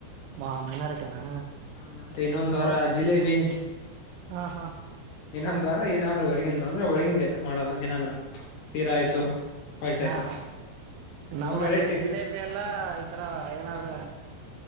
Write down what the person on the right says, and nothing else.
ಹ ಮೈನಾರಿಟಿನಾ
ಹೌದ
ಹಾ ಹಾ
ಹ
ಹಾ
ಹಾ ನಮ್ಮಲ್ಲಿಿದ್ದ
ಜಿಲೇಬಿ ಎಲ್ಲ ಈತರ ಏನಾದ್ರ